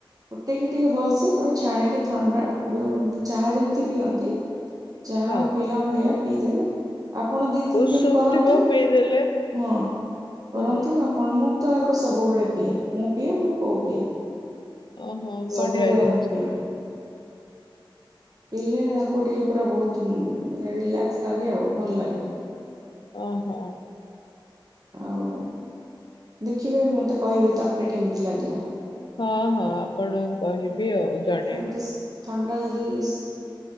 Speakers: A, on the right (about 45°); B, on the left (about 60°).
A: ଫୁଟେଇକି ଟିକେ ଭଲସେ ପୁରା ଛାଣିକି ଥଣ୍ଡା ଯୋଉ ଚାହା ଯେମିତି ପିଅନ୍ତି ଚାହା
B: ହଁ
A: ପିଇଲା ଭଳିଆ ପିଇଦେବେ। ଆପଣ ଦି ତିନି
B: ଉଷୁମ
A: ଦିନ କରନ୍ତୁ,
B: ଥିବ ପିଇଦେଲେ
A: ହଁ
B: ହଁ
A: କରନ୍ତୁ ଆ କଣ ମୁଁ ତ ଆକୁ ସବୁବେଳେ ପିଏ, ମୁଁ ପିଏ ମୋ ପୁଅ ପିଏ।
B: ଓହୋ ବଢିଆ
A: ସବୁବେଳେ
B: ଜିନିଷ।
A: ଆମେ ପିଉ ପିଇଲେ ତାକୁ ଟିକେ ପୁରା ବହୁତ ମାନେ ରିଲାକ୍ସ ଲାଗେ ଆଉ ଭଲ ଲାଗେ।
B: ଓହୋ।
A: ଆଉ ଦେଖିବେ ମତେ କହିବେ ତାପରେ କେମିତି ଲାଗିଲା।
B: ହଁ ହଁ ଆପଣ କହିବି ଆଉ। ଜଣେଇବି
A: ଏମିତିସ ଥଣ୍ଡା ଯଦିସ